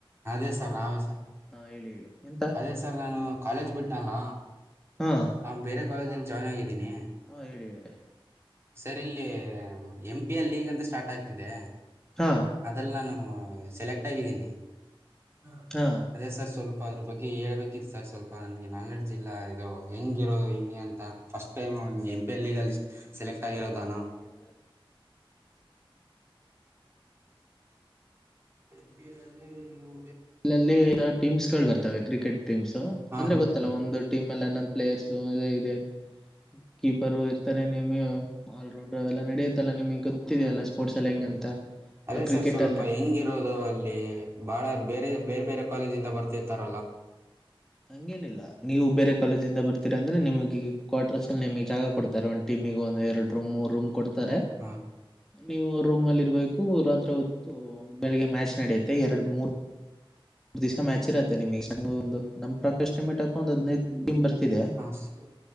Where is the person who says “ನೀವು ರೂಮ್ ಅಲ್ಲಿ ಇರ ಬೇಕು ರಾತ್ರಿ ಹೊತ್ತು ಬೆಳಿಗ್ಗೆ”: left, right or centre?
Centre